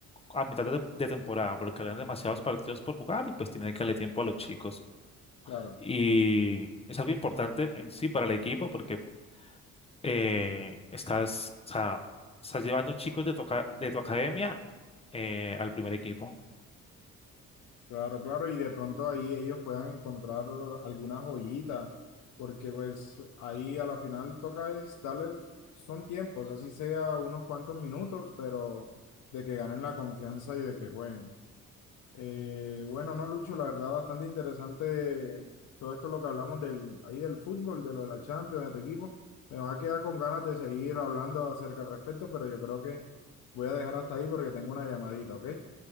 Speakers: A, on the left; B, on the left.
A: a mitad de, de temporada porque habían demasiados partidos por jugar y pues tenía que darle tiempo a los chicos.
B: Claro.
A: Y es algo importante en sí para el equipo porque eh, estás, o sea, estás llevando chicos de tu, aca- de tu academia eh, al primer equipo.
B: Claro, claro, y de pronto ahí ellos puedan encontrar alguna joyita, porque pues ahí a la final toca es darle, son tiempos, así sea unos cuantos minutos, pero de que ganen la confianza y de que jueguen. Eh, bueno, no, Lucho, la verdad bastante interesante todo esto lo que hablamos del, ahí del fútbol, de lo de la Champions, de este equipo. Me va a quedar con ganas de seguir hablando acerca al respecto, pero yo creo que voy a dejar hasta ahí porque tengo una llamadita, ¿ok?